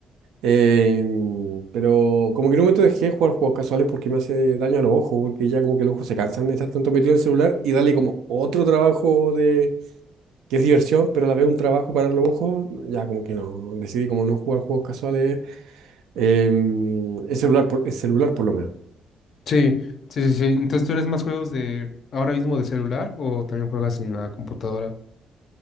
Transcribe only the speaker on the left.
Sí, sí, sí, sí. Entonces, ¿tú eres más juegos de ahora mismo de celular o también juegas en la computadora?